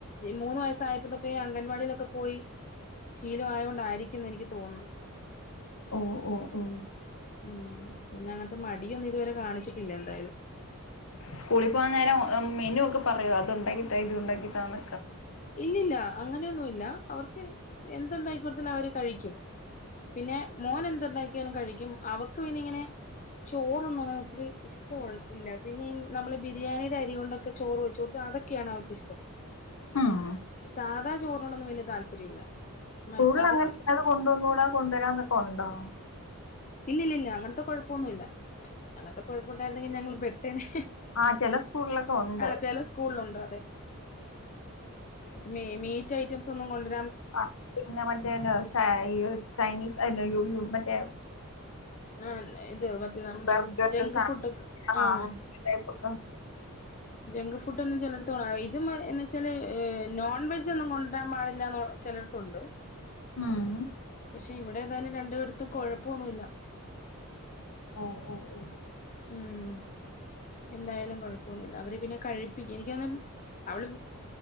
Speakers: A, on the left; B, on the left.
A: മൂന്ന് വയസായപ്പോ തൊട്ട് അങ്ങ് അംഗൻവാടിയിലൊക്കെ പോയി ശീലയത് കൊണ്ടായിരിക്കുംന്ന് എനിക്ക് തോന്നുന്നു
B: ഓ ഓ ഓ
A: ഉം പിന്നെ അങ്ങനത്തെ മടിയൊന്നും ഇതുവരെ കാണിച്ചിട്ടില്ല എന്തായാലും
B: സ്കൂളിൽ പോകൻ നേരം മെനു ഒക്കെ പറയോ അത്ണ്ടാക്കിട്ടാ ഇത് ഉണ്ടാക്കീട്ടാണ്
A: ഇല്ലല്ല അങ്ങനെയൊന്നുമില്ല അവർക്ക് എന്തുണ്ടായിക്കൊടുതാലും അവര് കഴിക്കും പിന്നെ മോൻ എന്തു ഉണ്ടാക്കാലും കഴിക്കും അവക്ക് പിന്നെ ഇങ്ങനെ ചോറ് ഒന്നും ഇത്തിരി ഇഷ്ട ഇല്ല പിന്നെ നമ്മള് ബിരിയാണിയുടെ അരി കൊണ്ടൊക്കെ ചോറ് വെച്ച കൊടുത്ത അതൊക്കെയാണ് അവർക്ക് ഇഷ്ടം
B: ഉം
A: സാധാ ചോറിനോടൊന്നും വലിയ താല്പര്യം ഇല്ല
B: സ്കൂളിൽ
A: മ അതൊക്കെ
B: അങ്ങനെ ഇത് കൊണ്ടുവന്നുകൂടാ കൊണ്ടുവരാന്നൊക്കെ ഉണ്ടോ
A: ഇല്ല ഇില്ല ഇില്ല അങ്ങനത്തെ കുഴപ്പൊന്നുമല്ല അങ്ങനത്തെ കുഴപ്പം ഉണ്ടായിരുന്നെങ്കിൽ ഞങ്ങ പെട്ടേനെ
B: അ ചില സ്കൂളിലൊക്കെ ഉണ്ട്
A: ആ ചില സ്കൂളിലുണ്ട് മി മീറ്റ് ഐറ്റംസ് ഒന്നും കൊണ്ട്
B: <unintelligible> ചൈനിസ് മറ്റേ
A: ആ ഇത് മറ്റേ നമ്മുടെ
B: ബർഗർ
A: ജങ്ക്
B: സാൻവിച്ച്
A: ഫുഡ് ഒക്കെ
B: ആ
A: ആഹ
B: അങ്ങനത്തെ ടൈപ്പൊക്കെ
A: ജങ്ക് ഫുഡ് ഒന്നും ചിലർ ഇതും എന്ന് വെച്ചാല് നോൺ വെജ് ഒന്നും കൊണ്ടാൻ പാടില്ലന്ന് ചിലടത്തണ്ട്
B: ഉം
A: പക്ഷെ ഇവിടെ ഏതായാലും രണ്ടു അ കൊഴപ്പൊന്നുല്ല
B: ഓ ഓ ഓ
A: ഉം എന്തായാലും കൊഴപ്പൊന്നില്ല അവര് പിന്നെ കഴിപ്പിക്കും എനിക്കന്ന അവള്